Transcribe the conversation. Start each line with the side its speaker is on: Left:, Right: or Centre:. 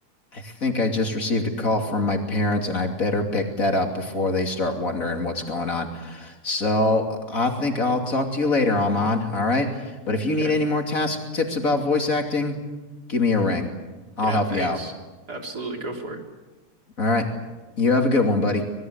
Left: I think I just received a call from my parents, and I better pick that up before they start wondering what's going on. So I think I'll talk to you later, Aman. All right. But if you
Right: Yeah.
Left: need any more task tips about voice acting, give me a ring. I'll
Right: Yeah,
Left: help
Right: thanks.
Left: you out.
Right: Absolutely. Go for it.
Left: All right. You have a good one, buddy.